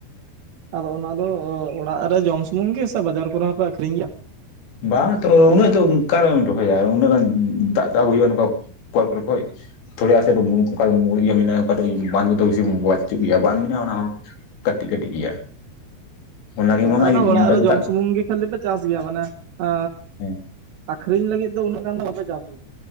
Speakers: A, on the right (about 80°); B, on the left (about 90°).
A: ᱟᱫᱚ ᱚᱱᱟ ᱫᱚ ᱚᱲᱟᱜ ᱨᱮ ᱡᱚᱢ ᱥᱩᱢᱩᱝ ᱜᱮ ᱥᱮ ᱵᱟᱡᱟᱨ ᱠᱚ ᱨᱮ ᱦᱚᱸᱯᱮ ᱟᱠᱷᱨᱤᱧ ᱜᱮᱭᱟ?
B: ᱵᱟᱝ ᱛᱚ ᱩᱱᱟᱹᱜ ᱫᱚ ᱚᱠᱟ ᱨᱮᱢ ᱨᱚᱦᱚᱭᱟ ᱩᱱᱟᱹᱜ ᱫᱟᱜ ᱛᱚ ᱟᱜᱩ ᱦᱩᱭᱩᱜ-ᱟ ᱱᱚᱝᱠᱟ ᱠᱚᱞ ᱠᱚᱨᱮ ᱠᱷᱚᱡᱼᱼ <unintelligible> ᱠᱟᱹᱴᱤᱡ ᱠᱟᱹᱴᱤᱡ ᱜᱮᱭᱟ ᱚᱱᱟᱜᱮ ᱮᱢᱟᱢᱟᱭ
A: ᱚᱱᱟ ᱫᱚ ᱚᱲᱟᱜ
B: ᱫᱟᱜ
A: ᱨᱮ ᱡᱚᱢ ᱥᱩᱢᱩᱝ ᱜᱮᱼᱼ ᱠᱷᱟᱹᱞᱤ ᱯᱮ ᱪᱟᱥ ᱜᱮᱭᱟ ᱢᱟᱱᱮ ᱟᱹᱻᱻ
B: ᱦᱮᱸ
A: ᱟᱠᱷᱨᱤᱧ ᱞᱟᱹᱜᱤᱫ ᱫᱚ ᱩᱱᱟᱹᱜ ᱜᱟᱱ ᱫᱚ ᱵᱟᱯᱮ ᱪᱟᱥ ᱜᱮᱭᱟ